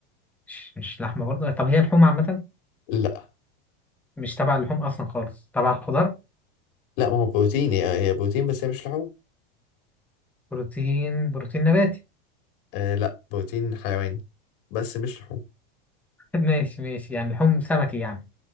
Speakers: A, in the centre; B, on the left.
A: مش مش لحمة برضه طب هي لحوم عامة
B: لا
A: مش تبع اللحوم أصلا خالص تبع الخضار
B: لا ما هو بروتين هي هي بروتين بس هي مش لحوم
A: بروتين بروتين نباتي
B: آه لا بروتين حيواني بس مش لحوم
A: <laughs> ماشي ماشي يعني لحوم سمكي يعني